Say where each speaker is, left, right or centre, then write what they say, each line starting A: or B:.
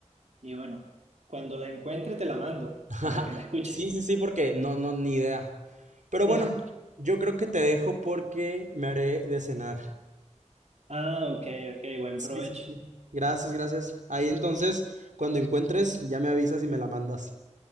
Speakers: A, on the right; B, on the right.
A: Y bueno, cuando la encuentre te la mando
B: <laughs>
A: para que la escuches.
B: Sí, sí, sí, porque no, no, ni idea. Pero
A: <laughs>
B: bueno, yo creo que te dejo porque me haré de cenar.
A: Ah, ok, ok, buen
B: Sí,
A: provecho.
B: sí, sí. Gracias, gracias. Ahí entonces, cuando encuentres, ya me avisas y me la mandas.